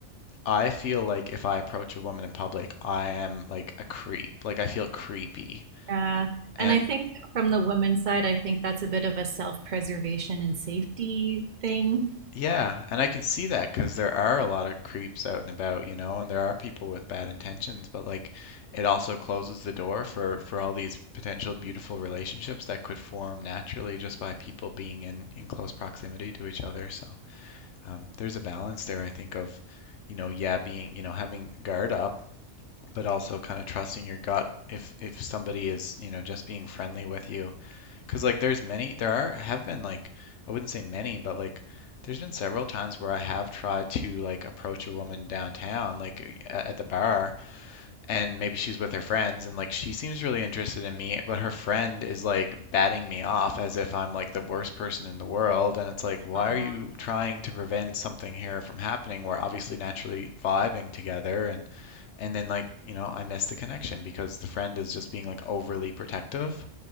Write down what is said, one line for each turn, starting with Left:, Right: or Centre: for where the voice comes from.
Left: I feel like if I approach a woman in public, I am like a creep. Like I feel creepy.
Right: Yeah.
Left: And
Right: And I think from the women's side, I think that's a bit of a self-preservation and safety thing.
Left: Yeah, and I can see that because there are a lot of creeps out and about, you know, and there are people with bad intentions, but like it also closes the door for for all these potential beautiful relationships that could form naturally just by people being in in close proximity to each other. So um, there's a balance there, I think, of, you know, yeah, being, you know, having guard up, but also kind of trusting your gut if if somebody is, you know, just being friendly with you Cause like there's many, there are have been like I wouldn't say many, but like there's been several times where I have tried to like approach a woman downtown, like e, a- at the bar, and maybe she's with her friends, and like she seems really interested in me, but her friend is like batting me off as if I'm like the worst person in the world, and it's like, why
Right: Uh,
Left: are you trying to prevent something here from happening? We're obviously naturally vibing together, and and then like you know I miss the connection because the friend is just being like overly protective.